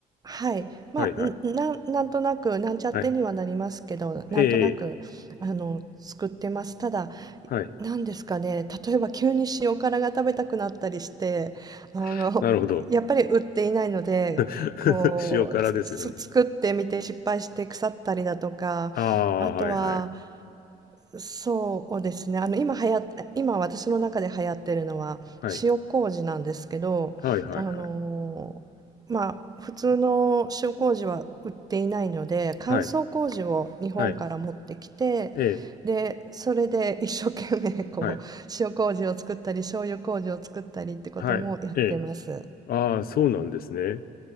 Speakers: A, on the right (about 20°); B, on the left (about 60°).
A: はい、まあ、
B: はい、はい、
A: んなん、なんとなく、なんちゃってにはなりますけど、
B: はい。
A: なんとなく、
B: ええ、
A: あの、作ってます。ただ、
B: はい。
A: なんですかね、例えば急に塩辛が食べたくなったりして、あの、
B: <laughs> なるほど。
A: やっぱり売っていないので、
B: <laughs>
A: こう、
B: 塩辛ですよね。
A: つ、つ作ってみて失敗して腐ったりだとか、
B: ああ、
A: あとは、
B: はいはい。
A: そうですね。あの今流行っ、今私の中で流行ってるのは塩麹なんですけど、
B: はい。はいはいはい。
A: あのーまあ普通の塩麹は売っていないので、乾燥麹を日本から持ってきて、
B: はい。はい。ええ。
A: でそれで一生懸命こう塩麹を作ったり醤油麹を作ったりってこともやってます。
B: はい。はい。ええ。ああ、そうなんですね。